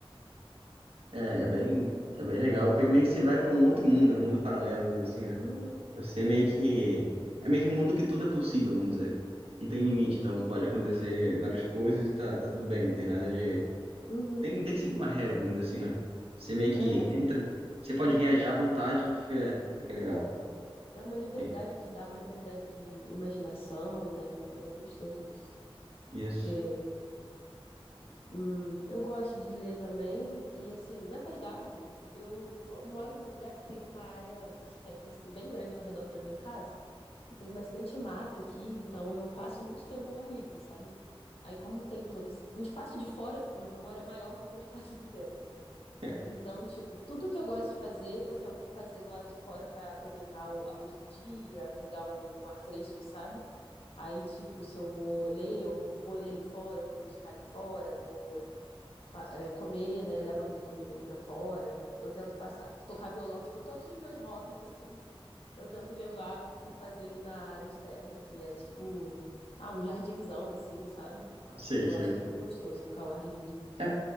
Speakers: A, on the right; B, on the left.
A: É, é bem, é bem legal, porque meio que você vai para um outro mundo, né, um mundo paralelo, vamos dizer assim,
B: Uhum,
A: né? Você meio
B: bem,
A: que.
B: isso,
A: É meio que um mundo que tudo é possível, vamos dizer. Não tem limite,
B: sim.
A: então pode acontecer várias coisas e tá, tá tudo bem, não tem nada de.
B: Uhum.
A: Tem, não tem que seguir uma regra, vamos dizer assim, né? Você meio que
B: É,
A: entra. Você pode viajar à vontade e fica, fica legal.
B: É uma liberdade
A: E-
B: que dá, uma liberdade de imaginação, né? É gostoso isso.
A: Isso.
B: Porque É. hum, eu gosto de ler também, e assim, na verdade, eu, como eu moro num lugar que tem uma área externa, assim, bem grande ao redor da minha casa, e tem bastante mata aqui, então eu passo muito tempo ao ar livre, sabe? Aí, como tem todo esse. O espaço de fora, onde eu moro, é maior do que o espaço de dentro, né?
A: <laughs>
B: Então, tipo, tudo que eu gosto de fazer, eu tento fazer do lado de fora pra aproveitar o- a luz do dia, pegar um, um ar fresco, sabe? Aí, tipo, se eu vou ler, eu vou ler ali fora, vou meditar ali fora, vou fa- é, comer, né? Levo a minha comida ali pra fora. Eu tento passar, tocar violão, tipo, todos os meus hobbies, assim, <laughs> eu tento levar e fazer ali na área externa, que é tipo, ah, um jardinzão, assim, sabe?
A: Sei,
B: Eu
A: sei.
B: acho muito gostoso ficar ao ar livre.
A: É,